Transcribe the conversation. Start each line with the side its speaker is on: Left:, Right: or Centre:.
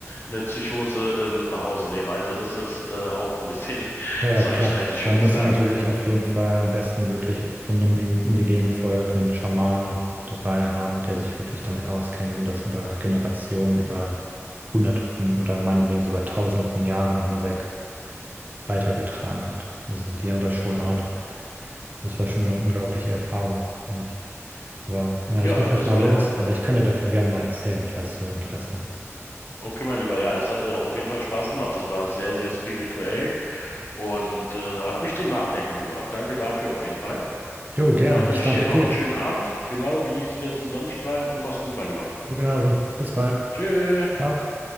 Left: eine Psychose äh, mit nach Hause nehmen. Also das ist äh, auch ein bisschen <laughs>
Right: Ja, ja,
Left: zweischneidig,
Right: klar. Da
Left: würde
Right: musst
Left: ich sagen.
Right: du natürlich auf jeden Fall am besten wirklich von einem in- indigenen Volk einen Schamanen dabei haben, der sich wirklich damit auskennt und das über Generationen, über Hunderte von oder meinetwegen sogar Tausende von Jahren hinweg weitergetragen hat. Also die haben da schon
Left: Ja,
Right: Ahnung. Das war schon eine unglaubliche Erfahrung für mich. Aber na,
Left: ja,
Right: ich muss erstmal
Left: das war
Right: los,
Left: ja.
Right: aber ich kann dir davon gerne mal erzählen, falls du Interesse hast.
Left: Okay, mein Lieber, ja, das hat äh, auf jeden Fall Spaß gemacht. Das war sehr, sehr spirituell und äh, hat mich zum Nachdenken gebracht. Danke dafür auf jeden Fall.
Right: Jo, gerne.
Left: Dann wünsche
Right: Ich danke
Left: ich dir noch
Right: dir.
Left: einen schönen Abend. Genau, genieß die letzten Sonnenstrahlen und mach's gut, mein Lieber.
Right: Du genauso. Bis bald.
Left: Tschüss.
Right: Ciao.